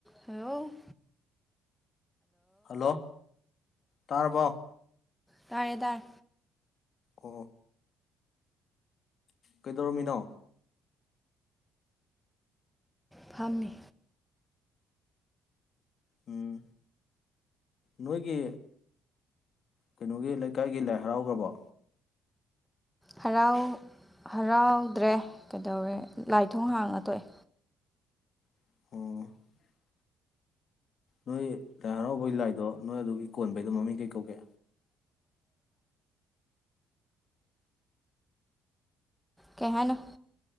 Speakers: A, in the centre; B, on the left.
A: ꯍꯂꯣ
B: ꯍꯜꯂꯣ ꯇꯥꯔꯕꯣ
A: ꯇꯔꯦ ꯇꯔ
B: ꯑꯣ ꯀꯩꯗꯧꯔꯝꯃꯤꯅꯣ
A: ꯐꯝꯃꯤ
B: ꯎꯝ ꯅꯣꯏꯒꯤ ꯀꯩꯅꯣꯒꯤ ꯂꯩꯀꯥꯏꯒꯤ ꯂꯥꯏ ꯍꯔꯥꯎꯈ꯭ꯔꯕꯣ
A: ꯍꯔꯥꯎ ꯍꯔꯥꯎꯗ꯭ꯔꯦ ꯀꯩꯗꯧꯔꯦ ꯂꯥꯏꯊꯣꯡ ꯍꯥꯡꯉ ꯇꯣꯛꯑꯦ
B: ꯑꯣ ꯅꯣꯏ ꯂꯥꯏ ꯍꯔꯥꯎꯕꯒꯤ ꯂꯥꯏꯗꯣ ꯅꯣꯏ ꯑꯗꯨꯒꯤ ꯀꯣꯟꯕꯩꯗꯣ ꯃꯃꯤꯡ ꯀꯩ ꯀꯧꯒꯦ
A: ꯀꯍꯅ